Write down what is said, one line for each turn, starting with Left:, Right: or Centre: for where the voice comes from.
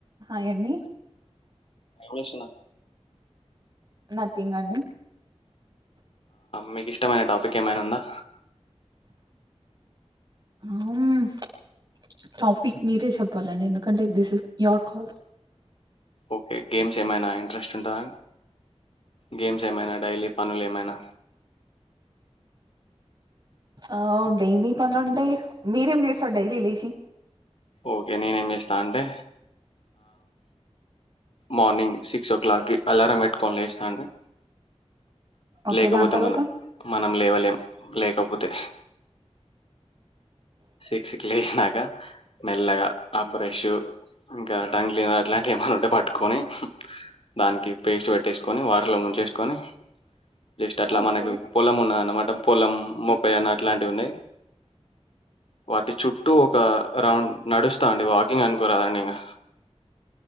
Right: Hi అండి
Left: మిషనా
Right: nothing అండి
Left: మీకు ఇష్టమైన టాపిక్ ఏమైనా ఉందా
Right: హుటాపిక్ మీరే చెప్పాలండి ఎందుకంటే this is your call
Left: okay games ఏమైనా ఇంట్రెస్ట్ ఉందా గేమ్స్ ఏమైనా డైలీ పనులు ఏమైనా
Right: ఆ డైలీ పని అంటే మీరేం చేస్తారు డైలీ లేచి
Left: ఓకే నేనే ఏం చేస్తా అంటే మార్నింగ్ సిక్స్ ఓ క్లాక్కిి అలారం పెట్టుకోని లేస్తా అండి
Right: ఓకే
Left: లేకపోతే
Right: దాని తర్వాత
Left: మనం మనం లేవల ఏం లేకపోతే సిక్సీకి లేశినాకా మెల్లగా ఆ బ్రష్ ఇంకా టంగ్ క్లీనర్ అట్లాంటివి ఏమన్నా ఉంటే పట్టుకొని దానికి పేస్ట్ పెట్టేసుకొని వా టర్ లో ముంచేసుకొని జస్ట్ అట్లా
Right: ఓకే
Left: మనకు పొలం ఉన్నదన్నమాట పొలం మొక్కై అన్న ఇట్లాంటివి ఉన్నాయి వాటి చుట్టూ ఒక రౌండ్ నడుస్తా అండి వాకింగ్ అనుకోరాదండి ఇంగ